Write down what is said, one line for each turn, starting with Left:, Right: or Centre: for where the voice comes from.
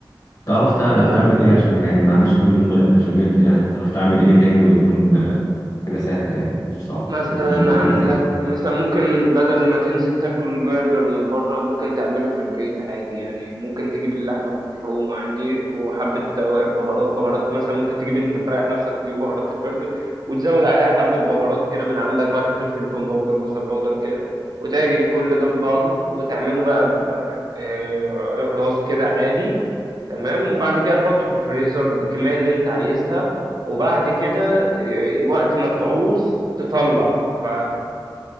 Left: تعرف تع-
Right: اه
Left: تعمل ايه عشان يعني ما اعملش كل يوم ب- بشاميل يعني تعرف تعمل ايه تاني ويكون آه، حاجة سهلة يعني مش صعبة
Right: مثلا
Left: ومكوناتها
Right: عندك
Left: انت
Right: مثلا ممكن بدل ما تنزل تاكل برجر من بره ممكن تعمله في البيت عادي يعني ممكن تجيب اللحمة المفرومة عادي وحبة توا- بهارات بهارات مثلا ممكن تجيب انت تريح نفسك تجيب بهارات البرجر وتزود عليها حبة بهارات كده من عندك ملح فلفل توم باودر بصل باودر كده وتعجن كل ده في بعضه وتعمله بقى ب- آه، راس كده عادي تمام وبعد كده تحطه في الفريزر بالكمية اللي انت عايزها وبعد كده ي- وقت ما تعوز تطلع ف